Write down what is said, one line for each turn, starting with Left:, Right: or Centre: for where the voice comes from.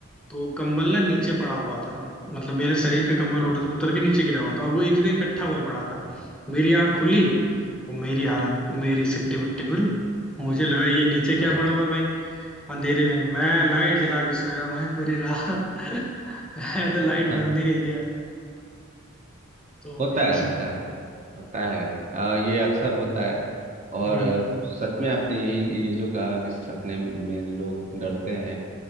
Centre: तो कंबल ना नीचे पड़ा हुआ था मतलब मेरे शरीर का कंबल
Right: हाँ
Centre: उतर, उतर के नीचे गिरा हुआ था और वो एक जगह इकट्ठा हुआ पड़ा था
Right: हाँ
Centre: मेरी आंख खुली और मेरी हालत मेरी सिट्टी बिट्टी गुल मुझे लगा ये नीचे क्या
Right: हाँ,
Centre: पड़ा हुआ है भाई अंधेरे में मैं लाइट जला के सोया भाई पूरी रात <laughs> मैं तो लाइट
Right: हाँ,
Centre: बंद ही नहीं किया तो
Right: होता
Centre: ये
Right: है
Centre: सब
Right: होता है होता है अ, ये अक्सर होता है और
Centre: हम्म
Right: अ, सच में आपने यही ये जो कहा कि सपने में लोग डरते हैं